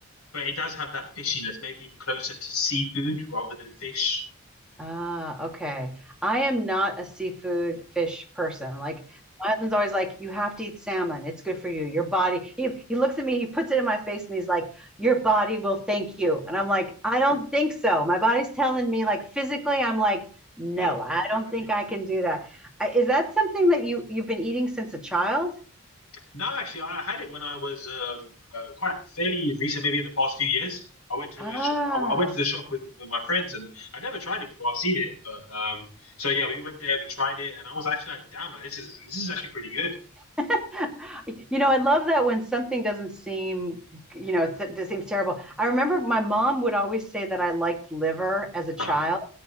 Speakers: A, on the left; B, in the centre.
A: but it does have that fishiness, maybe closer to seafood rather than fish. <laughs>
B: Ah, okay. I am not a seafood fish person. Like my husband's always like, you have to eat salmon. It's good for you. Your body. He he looks at me, he puts it in my face, and he's like, your body will thank you. And I'm like, I don't think so. My body's telling me, like physically, I'm like, no,
A: Nope.
B: I
A: Yeah,
B: don't think
A: no.
B: I can do that. I, is that something that you you've been eating since a child?
A: No, actually, I had it when I was um, uh, quite fairly recent, maybe in the past few years. I went to
B: Ah.
A: a shop. I, I went to the shop with, with my friends, and I never tried it before. I've seen it, but um, so yeah, we went there, we tried it, and I was actually like, "Damn, like, this is this is actually pretty good."
B: <laughs> You know, I love that when something doesn't seem, you know, it it seems terrible. I remember my mom would always say that I liked liver as a child
A: Uh-huh.